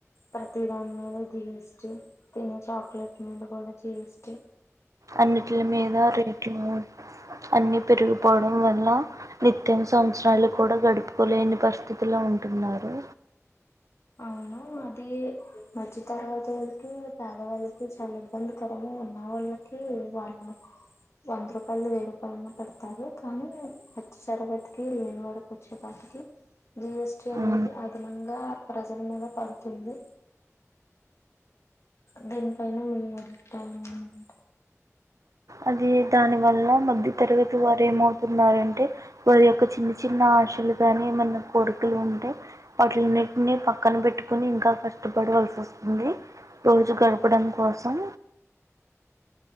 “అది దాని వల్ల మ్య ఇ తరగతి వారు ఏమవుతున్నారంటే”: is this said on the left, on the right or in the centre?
Right